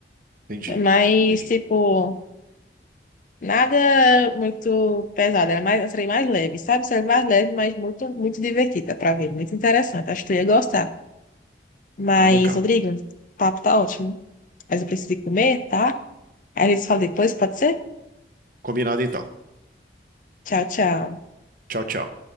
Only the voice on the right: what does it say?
entendi,
entendi.
Ah, legal.
Combinado então.
Tchau, tchau.